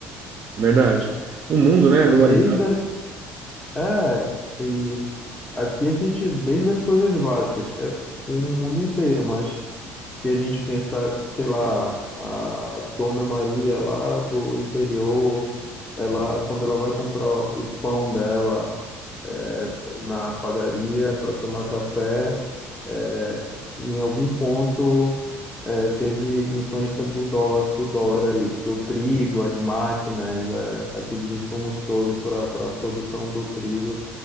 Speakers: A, on the right (about 40°); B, on the left (about 20°).
A: verdade. O mundo, né, é
B: É
A: dolarizado,
B: desde a- é e aqui a gente desde as coisas básicas, é o mundo inteiro, mas se a gente pensar, sei lá, a Dona Maria lá do interior, ela quando ela vai comprar o pão dela é, na padaria para tomar café. é, em algum ponto é, teve influência do dólar, do dólar aí, porque o trigo, as máquinas, é, aqueles insumos todos para para a produção do trigo,